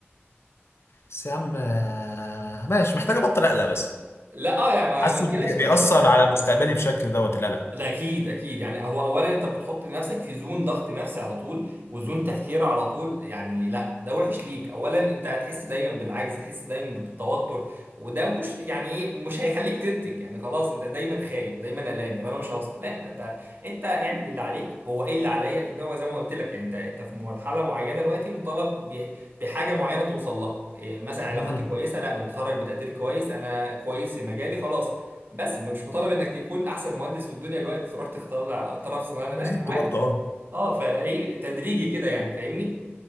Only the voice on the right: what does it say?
لا اه يعني ما
ما تقلقش
من حاجه
ده اكيد اكيد يعني هو اولا انت بتحط نفسك في زون ضغط نفسي على طول وزون تفكير على طول يعني لا ده وحش ليك اولا انت هتحس دايما بالعجز هتحس دايما بالتوتر وده مش يعني ايه مش هيخليك تنتج يعني خلاص انت دايما خايف دايما قلقان طب انا مش هوصل لا ما انت انت اعمل اللي عليك هو ايه اللي عليا ان هو زي ما قلت لك يعني انت انت في مرحله معينه دلوقتي مطالب ب- بحاجه معينه توصل لها إيه مثلا علاقاتي
كويسه لا انا متخرج بتقدير كويس انا كويس في مجالي خلاص بس مش مطالب انك تكون احسن مهندس في الدنيا الوقت تروح تختار طرف صناعه
لا عادي
اه فايه تدريجي كده يعني فاهمني